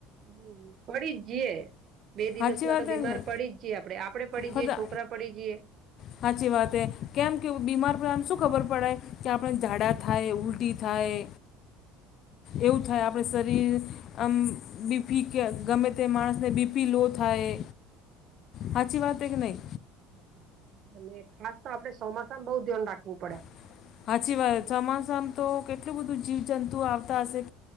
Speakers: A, on the right; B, on the left.
A: હમ પડી જ જે. બે દિવસમાં
B: સાચી વાત
A: તો
B: છે
A: બીમાર
B: ને
A: પડી જ જે આપડે આપડે પડી
B: ફક્ત
A: જઈએ, છોકરા પડી જઈએ.
B: સાચી વાત એ કેમ કેવું બીમાર પડેમ શું ખબર પડે કે આપણે ઝાડા થાય, ઉલટી થાય, એવું થાય આપડે શરીર આમ બીફી કે ગમે તે માણસ. અને બીપી લો થાય.
A: <inaudible>
B: સાચી વાત છે કે નહીં
A: અને ખાસ તો આપડે ચોમાસા માં બઉ ધ્યાન રાખવું પડે.
B: <inaudible> સાચી વાત ચોમાસામા તો કેટલું બધું જીવ જંતુઓ આવતા હશે